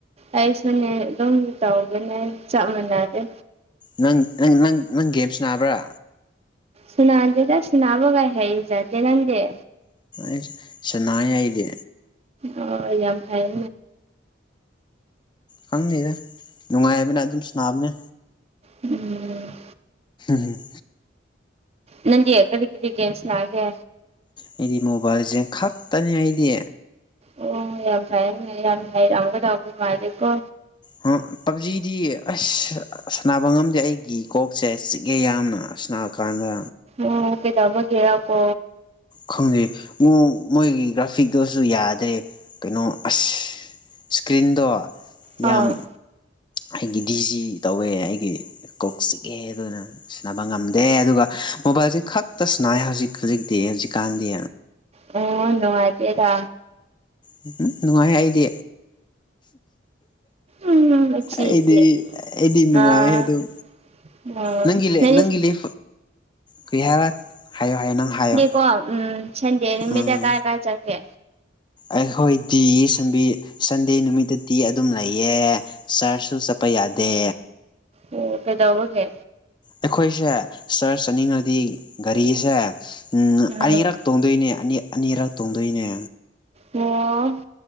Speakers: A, on the right; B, on the left.
A: ꯑꯩꯁꯨꯅꯦ ꯑꯗꯨꯝ ꯇꯧꯒꯅꯦ ꯆꯞ ꯃꯥꯟꯅꯔꯦ
B: ꯅꯪ ꯅꯪ ꯅꯪ ꯅꯪ ꯒꯦꯝ ꯁꯥꯅꯕ꯭ꯔꯥ
A: ꯁꯨꯅꯥꯗꯦꯗ ꯁꯅꯕꯒ ꯍꯖꯗꯦ ꯅꯪꯗꯤ
B: ꯑꯁ ꯁꯅꯩ ꯑꯩꯗꯤ
A: ꯑꯣ ꯌꯥꯝ ꯐꯩ
B: ꯈꯪꯅꯦꯗ ꯅꯨꯡꯉꯥꯏꯕꯅ ꯑꯗꯨꯝ ꯁꯅꯥꯕꯅꯦ
A: ꯎꯝ
B: ꯍꯝ
A: ꯅꯗꯤ ꯌꯦ ꯀꯔꯤ ꯀꯗꯤꯒꯦꯁ ꯅꯒꯦ
B: ꯑꯩꯗꯤ ꯃꯣꯕꯥꯏꯜꯁꯦ ꯈꯥꯛ ꯇꯅꯤ ꯑꯩꯗꯤ
A: ꯑꯣ ꯌꯥꯝ ꯐꯩ ꯌꯥꯝ ꯍꯥꯏꯔꯛꯑꯒ ꯇꯥꯎꯧꯕ ꯃꯥꯜꯂꯦꯀꯣ
B: ꯍꯥ ꯄꯞꯖꯤꯗꯤ ꯑꯁ ꯁꯥꯟꯅꯕ ꯉꯝꯗꯦ ꯑꯩꯒꯤ ꯀꯣꯛꯁꯦ ꯆꯤꯛꯑꯦ ꯌꯥꯝꯅ ꯁꯥꯟꯔꯀꯥꯟꯗ
A: ꯑꯣ ꯀꯩꯗꯕꯒꯦꯔꯀꯣ
B: ꯈꯪꯗꯩ ꯃꯣꯏꯒꯤ ꯒ꯭ꯔꯥꯐꯤꯛꯇꯨꯁꯨ ꯌꯥꯗ꯭ꯔꯦ ꯀꯩꯅꯣ ꯑꯁ ꯏꯁꯀ꯭ꯔꯤꯟꯗꯣ
A: ꯑꯥ
B: ꯌꯥꯝ ꯑꯩꯒꯤ ꯗꯤꯖꯤ ꯇꯧꯋꯦ ꯑꯩꯒꯤ ꯀꯣꯛ ꯆꯤꯛꯑꯦ ꯑꯗꯨꯅ ꯇ ꯉꯝꯗꯦ ꯑꯗꯨꯒ ꯃꯣꯕꯥꯏꯜꯁ ꯈꯛꯇ ꯁꯅꯥꯏ ꯍꯧꯖꯤꯛ ꯍꯧꯖꯤꯛꯇꯤ ꯍꯧꯖꯤꯛꯀꯥꯟꯗꯤ
A: ꯑꯣ ꯅꯨꯡꯉꯥꯏꯇꯦꯗ
B: ꯎꯝ ꯅꯨꯡꯉꯥꯏ ꯑꯩꯗꯤ
A: ꯎꯝ ꯑꯁꯤꯗꯤ
B: ꯑꯩꯗꯤ ꯑꯩꯗꯤ ꯅꯨꯡꯉꯥꯏꯌꯦ
A: ꯑꯥ
B: ꯑꯗꯨꯝ
A: ꯑꯣ
B: ꯅꯪꯒꯤ
A: ꯅꯪꯗꯤ
B: ꯅꯪꯒꯤ ꯂꯩ ꯀꯩ ꯍꯥꯏ ꯍꯥꯏꯌꯣ ꯍꯥꯏꯌꯣ ꯅꯪ ꯍꯥꯏꯌꯣ
A: ꯀꯣ ꯎꯝ ꯁꯟꯗꯦ ꯅꯨꯃꯤꯠꯇ
B: ꯎꯝ
A: ꯀꯥꯏ ꯀꯥꯏ ꯆꯠꯀꯦ
B: ꯑꯩꯈꯣꯏꯗꯤ ꯁꯟꯕꯤ ꯁꯟꯗꯦ ꯅꯨꯃꯤꯠꯇꯗꯤ ꯑꯗꯨꯝ ꯂꯩꯌꯦ ꯆꯔꯆꯁꯨ ꯆ ꯄ ꯌꯥꯗꯦ
A: ꯑꯣ ꯀꯩꯗꯧꯕꯒꯤ
B: ꯑꯩꯈꯣꯏꯁꯦ ꯆꯔꯆ ꯆꯠꯅꯤꯡꯉꯗꯤ ꯒꯥꯔꯤꯁꯦ
A: ꯎꯝ
B: ꯑꯅꯤꯔꯛ ꯇꯣꯡꯗꯣꯏꯅꯦ ꯑꯅꯤ ꯑꯅꯤꯔꯛ ꯇꯣꯡꯗꯣꯏꯅꯦ
A: ꯑꯣ